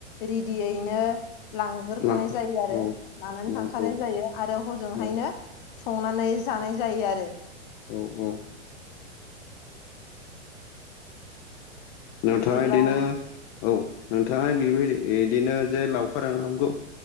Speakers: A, on the left (about 45°); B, on the left (about 30°).
A: रेडियैनो लांग्रोखानाय
B: लाफा
A: जायो आरो
B: औ
A: लानानै
B: औ औ
A: थांखानाय
B: औ
A: जायो आरो हजोंहायनो
B: औ
A: संनानै जानाय जायो आरो
B: औ औ नोंथायाङ
A: बिदिब्ला
B: बिदिनो औ नोंथाङ बेबायदि बिदिनो जे लावखार ओंखामखौ